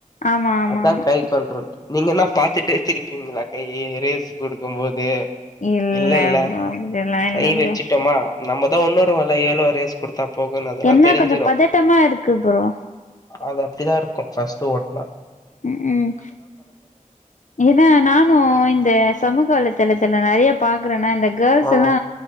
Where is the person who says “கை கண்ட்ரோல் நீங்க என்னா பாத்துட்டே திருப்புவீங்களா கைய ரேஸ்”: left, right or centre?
Left